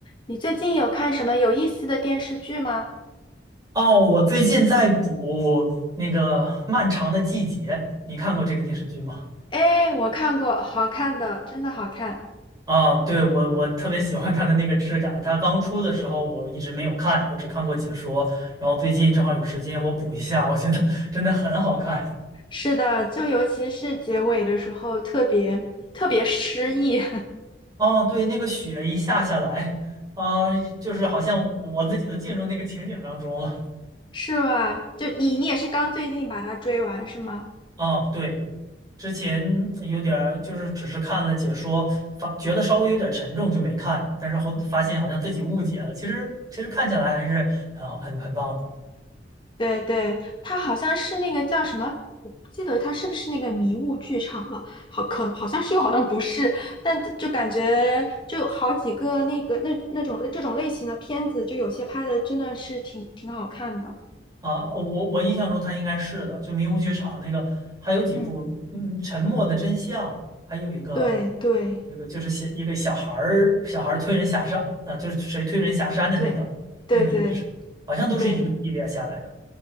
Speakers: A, on the left; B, on the right.
A: 你最近有看什么有意思的电视剧吗？
B: 哦，我最近在补那个《漫长的季节》，你看过这个电视剧吗？
A: 哎，我看过，好看的，真的好看。
B: 啊，对，我我特别喜欢它的那个质感。它刚出的时候我一直没有看，我只看过解说。然后最近正好有时间，我补一下，我觉得 <laughs> 真的很好看。
A: 是的，就尤其是结尾的时候，特别特别诗意，
B: 哦，对，那个雪一下下来，啊，就是好像我自己都进入那个情景当中了。
A: <laughs> 是吧？就你你也是刚最近把它追完是吗？
B: 哦，对，之前有点儿就是只是看了解说，发觉得稍微有点沉重就没看，但是后发现好像自己误解了。其实其实看起来还是很好很很棒的
A: 对对，它好像是那个叫什么，我不记得它是不是那个迷雾剧场了，好可好像是又好像不是，但就感觉就好几个那个那那种这种类型的片子，就有些拍的真的是挺挺好看的，
B: 啊！我我印象中他应该是的，就迷雾剧场那个，还有几部，
A: 嗯。
B: 嗯，《沉默的真相》，还有一个
A: 对对
B: 这个就是写一个小孩儿小孩儿推人下山啊，就是谁推人下山的那个那个也是，
A: 对对对
B: 好像都是一个系列下来的
A: 对